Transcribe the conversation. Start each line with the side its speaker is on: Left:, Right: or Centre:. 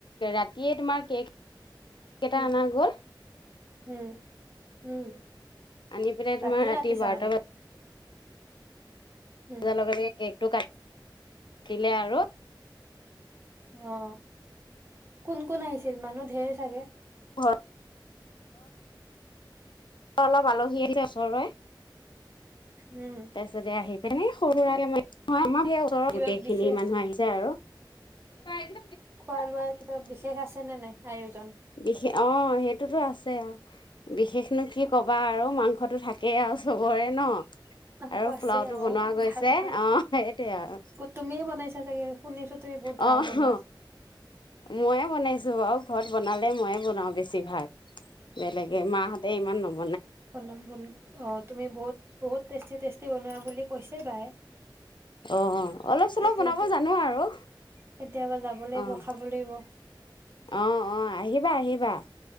Left: ৰাতিয়ে তোমাৰ কেক। কেইটা
Right: উম
Left: অনা গল।
Right: উম উম।
Left: আনি পিনে
Right: ৰাতিয়ে
Left: তোমাৰ ৰাতি
Right: কাটিছা
Left: বাৰটা
Right: মানে
Left: মা
Right: উম
Left: বজাৰ লগে লগে কেকটো কাট টিলে আৰু
Right: অ কোন কোন আহিছিল? মানুহ ধেৰ চাগে?
Left: ঘৰত অলপ আলহী আহিছে ওচৰৱে।
Right: উম
Left: তাৰপিছতে আহি পিনি এনেই সৰু সোৰাকৰাকে আমাৰ সেই ওচৰত
Right: কিবা
Left: গোটেইখিনি
Right: বিশেষ
Left: মানুহ আহিছে আৰু। <unintelligible>
Right: খোৱা লোৱা কিবা বিশেষ আছেনে নাই আয়োজন।
Left: বিশেষ অঁ, সেইটোতো আছ চে অঁ বিশেষ। নো কি ক'বা আৰু। মাংসটো থাকেই আও চবৰে ন'
Right: আকৌ
Left: আৰু
Right: আছে
Left: পোলাওটো
Right: অ
Left: বনোৱা গৈছে
Right: ভাল ভাল
Left: অঁহ সেইটোৱে আও।
Right: তুমিয়ে বনাইছা চাগে শুনিছো তুমি বহুত
Left: অঁহ
Right: ভাল বনোৱা
Left: ময়ে বনাইছো। তোৰ আৰু ঘৰত বনালে মইয়ে বনাওঁ বেছিভাগ। বেলেগে মাহঁতে এই ইমান ন
Right: পদুম ফুল অ' তুমি বহুত বহুত টেষ্টি টেষ্টি বনোৱা বুলি কৈছে বাই।
Left: অ' অলপ চলপ
Right: কেতিয়াবা
Left: বনাব জানোঁ আৰু
Right: কেতিয়াবা যাব লাগিব
Left: অ'
Right: খাব লাগিব
Left: অ' অ' আহিবা আহিব। বাৱাহ।